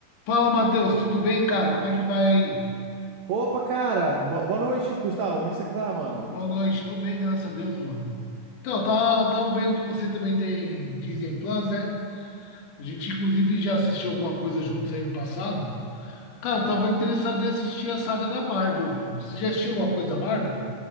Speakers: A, on the left; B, on the right.
A: Fala, Matheus, tudo bem, cara? Como é que vai aí?
B: Opa, cara! Bo- boa noite, Gustavo. Como é que você tá, mano?
A: Boa noite, tô bem, graças a Deus, mano. Então, tá, tava vendo que você também tem Disney Plus, né? A gente, inclusive, já assistiu alguma coisa juntos aí no passado. Cara, eu tava interessado em assistir a saga da Marvel, velho. Você já assistiu alguma coisa da Marvel?